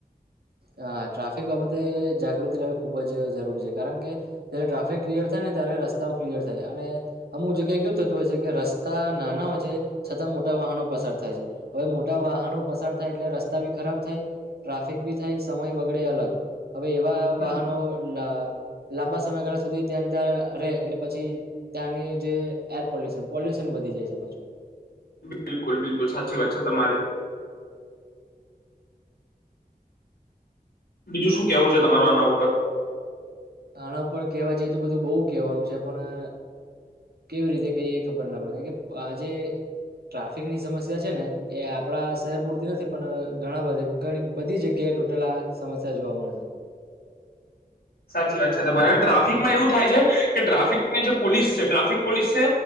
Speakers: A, on the right; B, on the left.
A: હ ટ્રાફિક બાબતે જાગૃતિ રહેવી ખૂબ જ જરૂરી છે કારણ કે જયારે ટ્રાફિક ક્લિયર થાય ને ત્યારે રસ્તાઓ ક્લિયર થાય અને અમુક જગ્યાએ કેવું થતું હોય છે કે રસ્તા નાના હોય છે છતાં મોટા વાહનો પસાર થાય છે હવે મોટા વાહનો પસાર થાય એટલે રસ્તા બી ખરાબ થાય ટ્રાફિક બી. થાય સમય બગડે અલગ. હવે એવા
B: હમ
A: વાહનો લા લાંબા સમયગાળા સુધી ત્યાં ત્યાં રહે એટલે પછી ત્યાંની જે એર પોલ્યુશન પોલ્યુશન વધી જાય છે પાછું.
B: બિલકુલ બિલકુલ સાચી વાત છે તમારી. બીજું શું કેવું છે તમારું આના ઉપર.
A: આના ઉપર કહેવા જઈએ તો બધું બહુ કહેવાનું છે પણ કેવી રીતે કઈ એ ખબર ના પડે કે આજે ટ્રાફિકની સમસ્યા છે ને એ આપણા શહેર પૂરતી નથી પણ ઘણા બધાણી બધી જગ્યાએ તૂટેલા આ સમસ્યા જોવા મળે છે.
B: સાચી વાત છે તમારે ટ્રાફિકમાં એવું થાય છે કે ટ્રાફિકની જે પોલીસ છે ટ્રાફિક પોલીસ છે